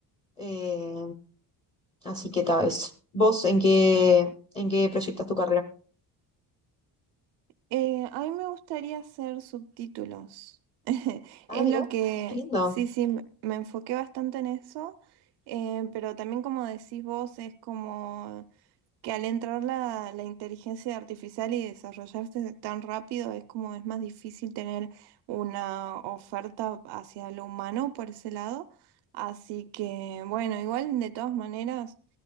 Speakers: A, on the left (about 15°); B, on the right (about 80°).
A: Eh, así que tal vez. ¿Vos en qué, en qué proyectas tu carrera?
B: Eh, a mí me gustaría hacer subtítulos. <laughs>
A: Ah,
B: Es
A: mira,
B: lo que,
A: qué lindo.
B: sí, sí, me me enfoqué bastante en eso, eh, pero también como decís vos, es como que al entrar la, la inteligencia artificial y desarrollarse tan rápido es como es más difícil tener una oferta hacia lo humano por ese lado. Así que bueno, igual de todas maneras